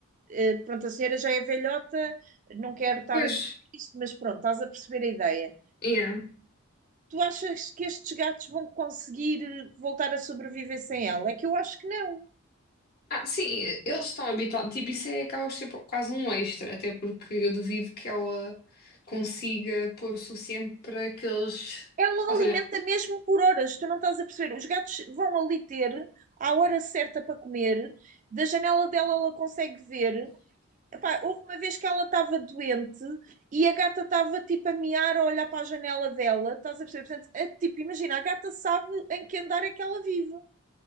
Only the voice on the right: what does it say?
Uh, pronto, a senhora já é velhota, não quero estar
a dizer isto, mas pronto, estás a perceber a ideia.
Tu achas que estes gatos vão conseguir eh, voltar a sobreviver sem ela? É que eu acho que não.
Ela
alimenta
mesmo por horas, tu não estás a perceber. Os gatos vão ali ter à hora certa para comer, da janela dela ela consegue ver. Epá, houve uma vez que ela estava doente e a gata estava tipo a miar a olhar para a janela dela, estás a perceber? Portanto, é, tipo, imagina, a gata sabe em que andar é que ela vive.